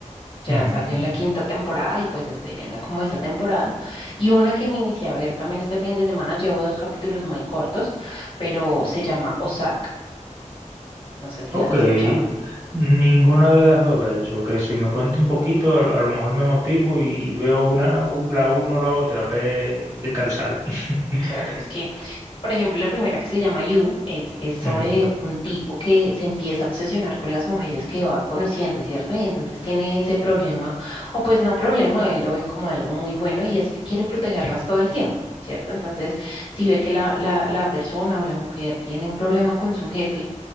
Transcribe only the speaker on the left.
Ya
salió la quinta temporada y pues estoy viendo como esa temporada. Y una que me inicié a ver también este fin de semana, llevo dos capítulos muy cortos, pero se llama Ozark. No sé si
las has escuchado.
Claro, es que, por ejemplo, la primera que se llama You es, es sobre
un tipo que se empieza a obsesionar con las mujeres que va conociendo, ¿cierto? Y entonces tiene ese problema, o pues no problema, él lo ve como algo muy bueno y es que quiere protegerlas todo el tiempo, ¿cierto? Entonces, si ve que la, la, la persona o la mujer tiene un problema con su jefe,